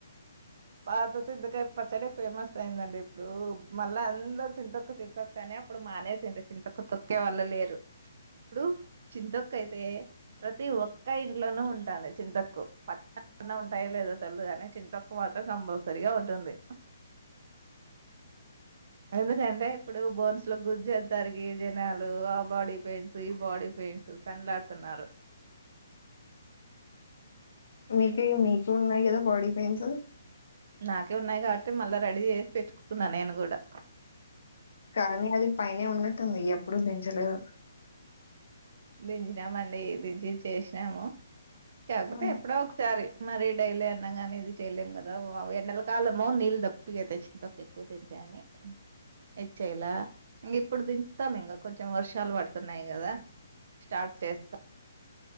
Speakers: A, on the right; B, on the left.
A: పాత చింతకాయ పచ్చడే ఫేమస్ అయిందండి ఇప్పుడు మళ్ళా అందరు చింతొక్కు థీ తొక్కనే అప్పుడు మానేసిండ్రు చింతొక్కు తొక్కే వాలె లేరు ఇప్పుడు చింతొక్కైతే ప్రతి ఒక్క ఇంట్లోనూ ఉంటాది చింతొక్కు పచ్చళ్ళు ఉంటాయో లేదో తెల్వదు కానీ చింతొక్కు మాత్రం కంపల్సరిగా ఉంటుంది ఎందుకంటే ఇప్పుడు బోన్స్ లో గుజ్జు అంతరిగి జనాలు ఆ బాడీ పెయిన్స్ ఈ బాడీ పెయిన్స్ తన్లాడుతున్నారు
B: మీకేం మీకు ఉన్నాయి కదా బాడీ పెయిన్స్
A: నాకే ఉన్నాయి కాబట్టి మళ్ళా రెడీ చేసి పెట్టుకున్నా నేను కూడా
B: కానీ అది పైనే ఉన్నట్టుంది ఎప్పుడూ దించలేదు
A: దించినామండి దించి చేసినాము కాకపోతే
B: ఆ!
A: ఎప్పుడో ఒకసారి మరి డైలీ అన్నగానీ ఇది చేయలేం ఆ కదా ఎండల కాలము నీళ్ళు దప్పిగైతయ్ చింతొక్కు ఎక్కువ తింటే అని అని ఏచేయాలా ఇంక ఇప్పుడు దించుతాం ఇంక కొంచెం వర్షాలు పడుతున్నాయి కదా స్టార్ట్ చేస్